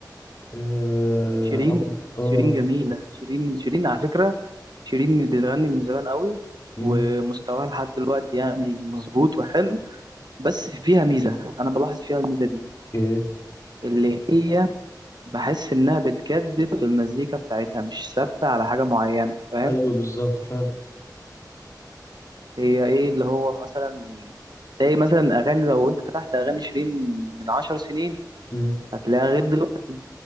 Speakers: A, on the left; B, on the right.
A: اه
B: شيرين
A: عب- آه،
B: شيرين جميلة شيرين شيرين على فكرة شيرين بتغني من زمان قوي
A: مم،
B: ومستواها لحد دلوقتي يعني مظبوط وحلو بس فيها ميزة أنا بلاحظ فيها الميزة دي
A: ايه
B: اللي هي بحس إنها بتجدد في المزيكا بتاعتها مش ثابتة على حاجة معينة فاهم
A: ايوه بالظبط فعلا
B: هي إيه اللي هو مثلا تلاقي مثلا أغاني لو أنت فتحت أغاني شيرين من عشر سنين
A: مم،
B: هتلاقيها غير دلوقتي